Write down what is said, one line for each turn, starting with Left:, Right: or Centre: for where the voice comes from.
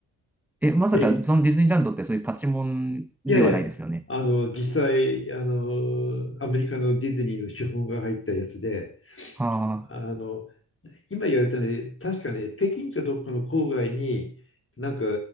Centre: え、まさかそのディズニーランドってそういうパチモンではないですよね。
Left: え、いやいや、あの、実際、あの、アメリカのディズニーの資本が入ったやつで、
Centre: は
Left: あの、今言われたね、確かね、北京かどっかの郊外に、なんか、